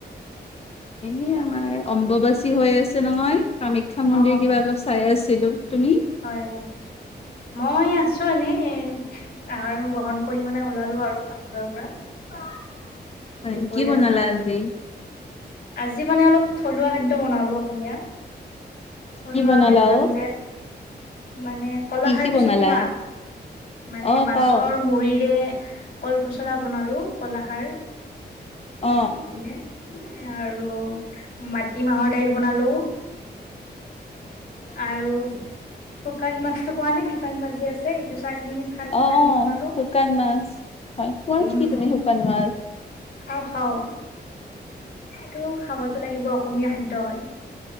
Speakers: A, on the left (about 35°); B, on the left (about 65°).
A: এনেই আমাৰ অম্ববাচী হৈ আছে নহয় কামাখ্যা মন্দিৰ
B: অ
A: কিবা অলপ চাই আছিলো তুমি
B: হয় মই আছো এনেই আৰু গ্ৰহণ কৰি মানে ওলালো আৰু পাকঘৰৰ পৰা
A: হয়
B: দুপৰীয়াৰ
A: কি বনালা
B: আহাৰ
A: আজি
B: আজি মানে অলপ থলুৱা খাদ্য বনালো অসমীয়া থলুৱা
A: কি বনালা
B: ব্যঞ্জন
A: অ?
B: যে মানে কলা
A: কি
B: খাৰটো
A: কি বনালা?
B: চিনি পোৱা মানে
A: অ
B: মাছৰ
A: পাও
B: মুৰিৰে কল পচলা বনালো কল খাৰ
A: অ
B: দি কিনে আৰু মাটি মাহৰ দাইল বনালো আৰু শুকান মাছতো খোৱা নে শুকান মাছ যে আছে এইটো চাটনি খাল
A: অ
B: চাটনি
A: অ
B: বনালো
A: শুকান মাছ হয় খোৱা
B: উম
A: নেকি তুমি শুকান মাছ
B: খাওঁ খাওঁ টো খাবতো লাগিব অসমীয়া খাদ্য হয়